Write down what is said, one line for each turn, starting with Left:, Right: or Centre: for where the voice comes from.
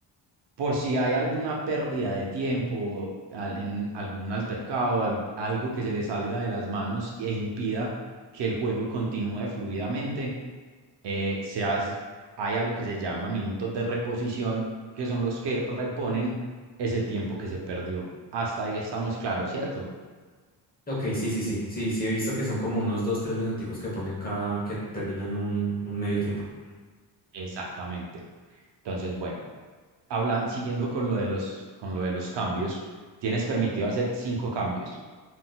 Right: por si hay alguna pérdida de tiempo al- en algún altercado, al- algo que se le salga de las manos e impida que el juego continúe fluidamente, eh, se hace- hay algo que se llama minutos de reposición, que son los que reponen ese tiempo que se perdió. Hasta ahí estamos claros, ¿cierto?
Left: Ok, sí, sí, sí, sí, sí he visto que son como unos dos, tres minuticos que ponen cada, que terminan un, un medio tiempo.
Right: Exactamente. Entonces, bueno, hablan, siguiendo con lo de los, con lo de los cambios, tienes permitido hacer cinco cambios.